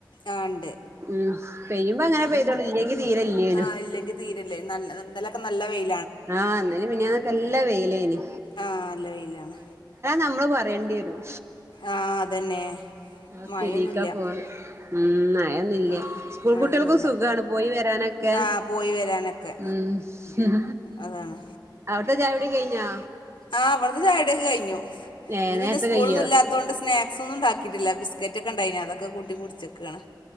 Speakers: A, on the left (about 85°); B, on the right (about 35°).
A: ആ ഇണ്ട്
B: ഉം പെയ്യുമ്പോ അങ്ങനെ പെയ്തോളൂല്ലേങ്കി തീരെ ഇല്ലേനു
A: ആ ഇല്ലെങ്കിൽ തീരല്ലേ നല്ല ഇന്നലൊക്കെ നല്ല വെയി
B: ആഹ് ഇന്നലെ മിനിഞ്ഞാന്ന്ക്ക നല്ല വെയിലേന്
A: ആഹ അല്ല വയിലാണ്
B: നമ്മള് പറയേണ്ടി വരും
A: ആഹ അതന്നെ
B: ആ
A: മഴയൊന്നുല്ല
B: രക്കാ പോണ് <inaudible> ഉം മഴയൊന്നില്ല
A: ഉം
B: സ്കൂഗൾ
A: മഴയൊന്നുല്ല
B: കുട്ടികൾക്കും സുഖാണ് പോയി വരാനൊക്കെ
A: ആഹ് പോയി വരാനൊക്കെ
B: ഉം ഉം
A: അതാണ്
B: അവിടത്തെ ചായ കുടി ഒക്കെ കഴിഞ്ഞോ
A: ആഹ് ഇവിടത്തെ ചായ കുടിയൊക്കെ കഴിഞ്ഞു
B: ഏഹ്
A: ഇന്ന് പിന്നെ
B: നേരത്തെ
A: സ്കൂളൊന്നും
B: കയ്യോ
A: ഇല്ലാത്തൊണ്ട് സ്നാക്സ് ഒന്നും ഉണ്ടാക്കിയിട്ടില്ല ബിസ്ക്കറ്റൊക്കെ ഉണ്ടായിനി അതൊക്കെ കൂട്ടി കുടിച്ചെക്കയാണ്